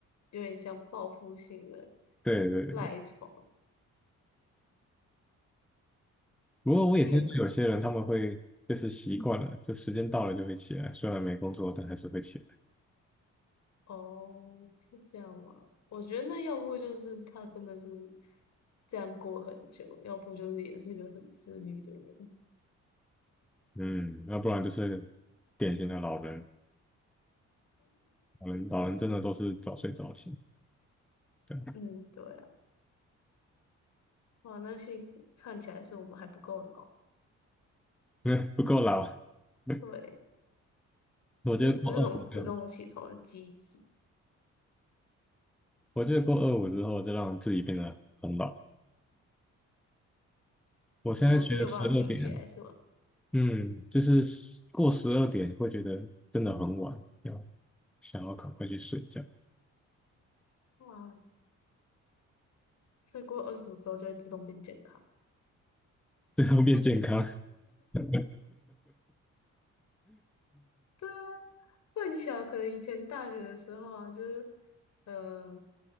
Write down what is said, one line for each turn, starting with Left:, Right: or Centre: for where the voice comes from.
Left: 有点像报复性的
Centre: 对对对，
Left: 赖床。
Centre: 不过我也听说有些人他们会就是习惯了，
Left: 那也
Centre: 就时间到了就会起来，虽然没工作，但还是会起来。
Left: 哦，是这样吗？我觉得那要不就是他真的是这样过很久，要不就是也是个很自律的人。
Centre: 嗯，要不然就是典型的老人，老人老人真的都是早睡早起，对啊，
Left: 嗯，对啊，哇，那幸看起来是我们还不够老，
Centre: <laughs> 因为不够老。<laughs>
Left: 对，
Centre: 我觉得过二五就，
Left: 没有那种自动起床的机制。
Centre: 我觉得过二五之后就让自己变得很老。我现在学了十二点，
Left: 哦，所以你有办法自己起来是吗？
Centre: 嗯，就是十过十二点会觉得真的很晚，要想要赶快去睡觉，
Left: 哇，所以过二十五之后就会自动变健康。
Centre: 最后变健康。<laughs>
Left: 对啊，不然你想，可能以前大学的时候啊，就是，呃，